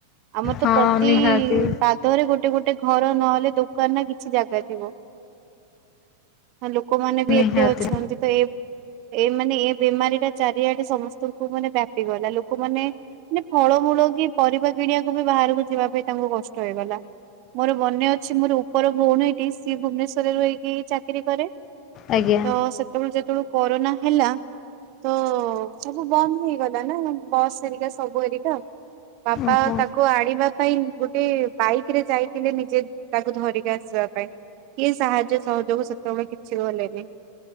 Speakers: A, on the right; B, on the left.
A: ଆମର ତ
B: ହଁ
A: ପ୍ର ତି-ଇ
B: ନିହାତି
A: ପାଦରେ ଗୋଟେ ଗୋଟେ ଘର ନହେଲେ ଦୋକାନ ନା କିଛି ଜାଗା ଥିବ। ଲୋକମାନେ ବି
B: ନିହାତି
A: ଏତେ ଅଛନ୍ତି, ତ ଏ-ଏ ମାନେ ଏ ବେମାରୀ ଟା ଚାରିଆଡେ ସମସ୍ତଙ୍କୁ ମାନେ ବ୍ୟାପି ଗଲା ଲୋକମାନେ ମାନେ ଫଳମୂଳ କି ପରିବା କିଣିବାକୁ ବି ବାହାରକୁ ଯିବା ଏ ତାଙ୍କୁ କଷ୍ଟ ହେଇଗଲା। ମୋର ବନେ ଅଛି ମୋର ଉପର ଭଉଣୀ ଟି ଶୀ ଭୁବନେଶ୍ ର-ରହିକି ଚାକିରି କରେ।
B: ଆଜ୍ଞା
A: ତ ସେତେବେଳୁ ଯେତଳୁ କୋରୋନା ହେଲା ତ ସବୁ ବନ୍ଦ ହେଇଗଲା ନା ବସ୍ ଏରିକା ସବୁ ଏରିକା। ବାପା
B: ଓହୋ
A: ତାକୁ ଆଣିବାକ୍ ଗୋଟେ ବାଇକ ରେ ଯାଇଥିଲେ ନିଜେ ତାକୁ ଧରିକି ଆସିବା ପାଇଁ କିଏ ସାହାଯ୍ୟ ସହଯୋଗ ସେତେବେଳେ କିଛି ଗଲେନି